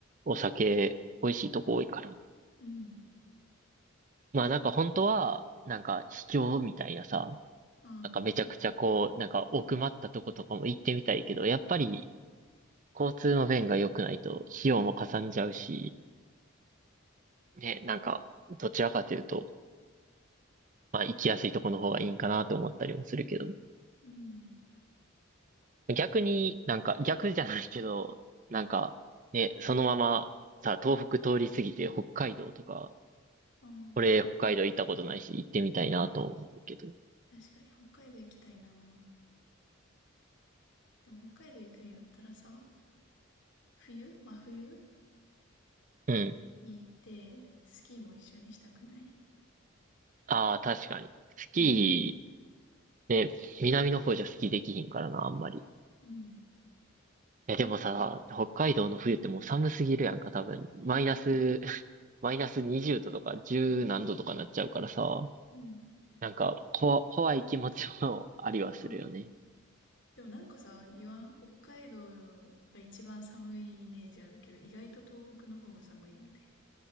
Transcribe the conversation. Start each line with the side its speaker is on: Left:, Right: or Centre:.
Right: お酒、美味しいとこ多いからね。
Left: うん。
Right: まあなんか本当は、なんか秘境みたいなさ、
Left: ああ、
Right: なんかめちゃくちゃこう、なんか奥まったとことかも行ってみたいけど、やっぱり交通の便が良くないと費用もかさんじゃうし、ね、なんかどちらかというと、まあ行きやすいとこの方がいいんかなと思ったりもするけど、
Left: うん。
Right: 逆になんか逆じゃないけど、なんかね、そのままさ、東北通り過ぎて北海道とか、
Left: ああ、
Right: 俺、北海道行ったことないし、行ってみたいなと思うけど。
Left: 確かに北海道行きたいな。でも北海道行くんやったらさ、冬真冬
Right: うん。
Left: に行って、スキーも一緒にしたくない
Right: ああ、確かに。スキ
Left: うん、
Right: ー、ね、南の方じゃスキーできひんからな、あんまり。い
Left: うん、
Right: や、でもさ、北海道の冬ってもう寒すぎるやんか、多分。マイナス、<laughs> マイナス20度とか10何度とかなっちゃうからさ、
Left: うん。
Right: なんか、こ、怖い気持ちもありはするよね。
Left: ああでもなんかさ、言わん北海道が一番寒いイメージあるけど、意外と東北の方が寒いみたいな。